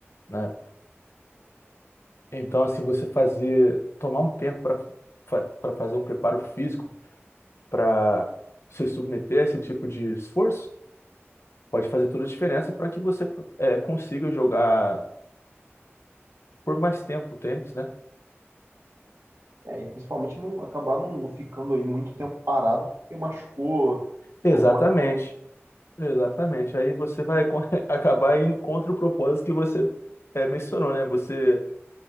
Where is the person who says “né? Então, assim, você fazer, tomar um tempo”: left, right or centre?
Left